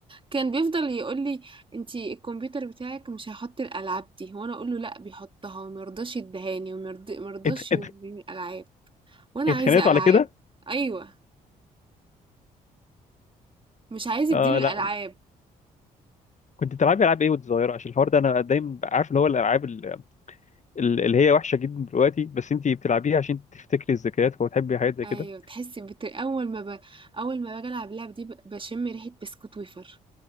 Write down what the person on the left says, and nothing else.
اتخ... اتخ...
اتخانقتوا
على كده
آه
لا كنت بتلعبي العاب ايه وانت صغيره عشان الحوار ده انا دايما عارف اللي هو الالعاب ال- اللي هي وحشه جدا دلوقتي بس انت بتلعبيها عشان تفتكري الذكريات وتحبي حاجات زي
كده